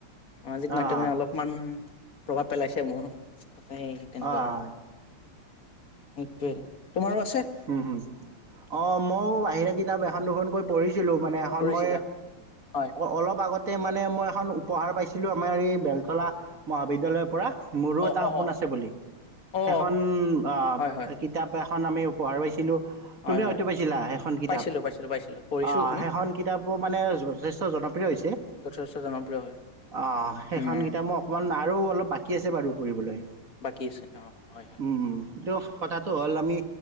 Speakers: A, on the left (about 45°); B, on the right (about 40°).
A: সামাজিক মাধ্যমে
B: অ',
A: অলপমান প্ৰভাৱ পেলাইছে মোৰ। তাতেই তেনেকুৱা
B: অ',
A: আৰু।
B: হয়
A: সেইটোৱে। তোমাৰো আছে
B: উম', হুম', অহ', মইও বাহিৰা কিতাপ এখন এখন দুখন কৈ পৰি। ছিলো মানে এখন
A: পঢ়িছিলা
B: মই
A: হয়
B: অলপ আগতে তাতে মানে মই এখন উপহাৰ পাইছিলোঁ আমাৰ এই বেলতলা মহাবিদ্যালয়ৰ পৰা। মোৰো
A: অ
B: এটা
A: অ
B: সপোন
A: অ
B: আছে বুলি,
A: অ
B: সেইখন আহ',
A: হয় হয়
B: কিতাপ কাৰণ আমিও। উপহাৰ পাইছিলোঁ।
A: হয়
B: তুমি
A: হয়
B: হয়তো
A: হয়
B: পাইছিলা, সেইখন কিতাপ
A: পাইছিলো পাইছিলো পাইছিলো পঢ়িছো
B: অহ',
A: এইখন
B: সেইখন কিতাপো মানে যথেষ্ট জনপ্ৰিয় হৈছে।
A: যথেষ্ট জনপ্ৰিয় হয়
B: অহ', সেইখন
A: উম
B: কিতাপ মই অকণমান আৰু অলপ বাকী আছে বাৰু। কৰিবলৈ
A: বাকী আছে অ হয় হয়
B: উম', - উম', সেই কথাটো হ'ল আমি